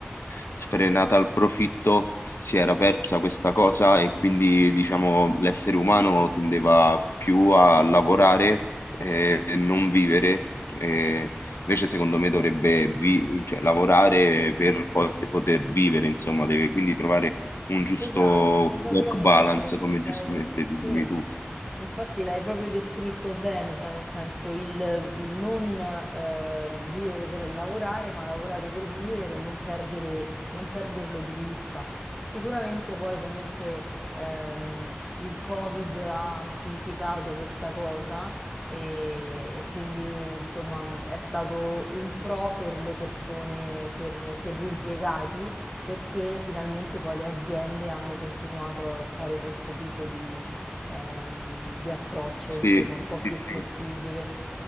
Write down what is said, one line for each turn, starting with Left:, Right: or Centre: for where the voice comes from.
Left: sfrenata al profitto, si era persa questa cosa e quindi diciamo l'essere umano tendeva più a lavorare eh, non vivere, eh, invece secondo me dovrebbe vi- cioè, lavorare per poi poter vivere, insomma, deve quindi trovare un giusto
Centre: Esatto, esattamente.
Left: work balance, come
Centre: Lei-
Left: giustamente dicevi
Centre: sì.
Left: tu.
Centre: Infatti l'hai proprio descritto bene, cioè nel senso il, il non eh, vivere per lavorare, ma lavorare per vivere e non perdere, non perderlo di vista. Sicuramente poi comunque ehm, il Covid ha amplificato questa cosa e, e quindi insomma è stato un pro per le persone, per, per gli impiegati, perché finalmente poi le aziende hanno continuato a fare questo tipo di ehm, di approccio,
Left: Sì,
Centre: insomma, un po' più
Left: sì, sì.
Centre: flessibile.